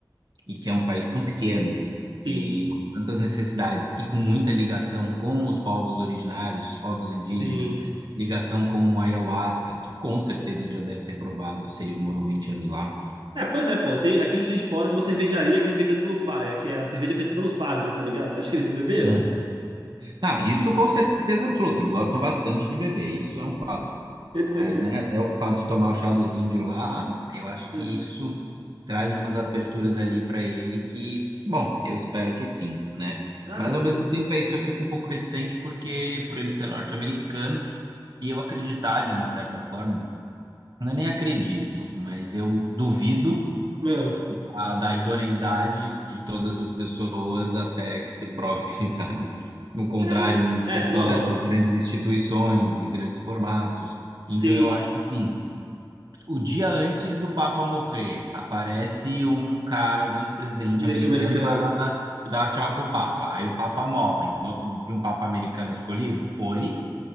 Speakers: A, on the right (about 60°); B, on the right (about 80°).
A: e que é um país tão pequeno
B: Sim,
A: e com tantas necessidades e com muita ligação com os povos originários, os povos indígenas,
B: sim.
A: ligação com o ayahuasca, que com certeza ele já deve ter provado se ele morou 20 anos lá.
B: É, pois é, pô, tem, aqui em Juiz de Fora tem uma cervejaria que é feita pelos, pa- é, que é a cerveja feita pelos padres, tá ligado? Você acha que eles não beberam?
A: né? Não, isso com certeza absoluta. Eles gostam bastante de beber, isso é um fato.
B: <laughs>
A: Mas, né, até o fato de tomar o chá dos índios lá, eu acho
B: Se-
A: que isso traz umas aberturas ali para ele que, bom, eu espero que sim, né?
B: Ah,
A: Mas
B: sim.
A: ao mesmo tempo é isso, eu fico um pouco reticente porque por ele ser norte-americano e eu acreditar de uma certa forma, eu nem acredito, mas eu duvido
B: Ah,
A: a- da idoneidade de todas as pessoas até que se prove, <laughs> sabe, o contrário
B: Ah,
A: em
B: é,
A: questão
B: não.
A: dessas grandes instituições e grandes formatos.
B: Sim.
A: Então, eu acho que, assim, o dia antes do Papa morrer, aparece um cara, o vice-presidente
B: Deste
A: americano,
B: americano.
A: vai lá dar, dar tchau pro Papa. Aí o Papa morre. No outro dia, um Papa americano é escolhido? Oi?